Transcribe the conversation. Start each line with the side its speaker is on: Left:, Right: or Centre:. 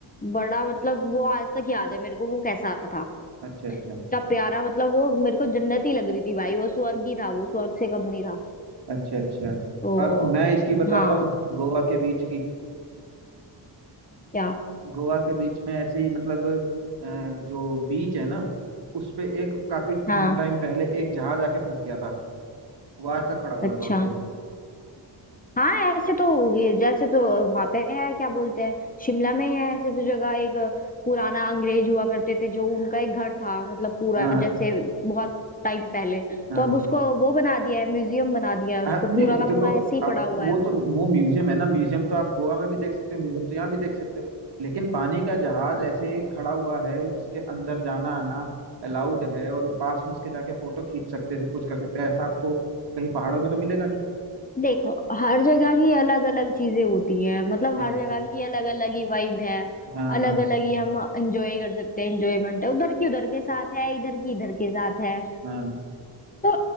Left: बड़ा मतलब वो आज तक याद है मेरे को वो कैसा था
Right: अच्छा अच्छा
Left: इतना प्यारा मतलब वो मेरे को जन्नत ही लग रही थी भाई वो स्वर्ग ही था वो स्वर्ग से कम नहीं था
Right: अच्छा अच्छा
Left: तो
Right: और मैं इसकी बताता
Left: हाँ
Right: हूँ गोवा के बीच की
Left: क्या
Right: गोवा के बीच में ऐसे ही मतलब अ, जो बीच है ना उस पे एक काफी
Left: हाँ
Right: टाइम पहले एक जहाज आके फंस गया था वो आज तक खड़ा हुआ
Left: अच्छा
Right: है वहां पे
Left: हाँ ऐसे तो ये जैसे तो वहां पे है क्या बोलते हैं शिमला में है ऐसे तो जगह एक पुराना अंग्रेज हुआ करते थे जो उनका एक घर था मतलब पूरा
Right: हाँ हाँ
Left: जैसे बहुत टाइम पहले
Right: हाँ
Left: तो
Right: हाँ।
Left: अब उसको वो बना दिया है म्यूजियम बना दिया है उसको
Right: हाँ नहीं
Left: पूरा का
Right: देखो
Left: पूरा ऐसे ही पड़ा
Right: आप
Left: हुआ
Right: वो
Left: है वो
Right: तो वो म्यूजियम है ना म्यूजियम तो आप गोवा में भी देख सकते हो म्यूजियम तो यहाँ भी देख सकते हो लेकिन पानी का जहाज ऐसे खड़ा हुआ है जिसके अंदर जाना आना अलाउड है और पास में उसके जाके फोटो खींच सकते हैं सब कुछ कर सकते हैं ऐसा आपको कहीं पहाड़ों में तो मिलेगा नहीं
Left: देखो हर जगह की अलग अलग चीजें होती हैं मतलब
Right: हाँ
Left: हर जगह की अलग अलग ही वाइब है
Right: हाँ
Left: अलग
Right: हाँ हाँ
Left: अलग ही हम एंजॉय कर सकते हैं एंजॉयमेंट है उधर की उधर के साथ है इधर की इधर के साथ है
Right: हाँ
Left: तो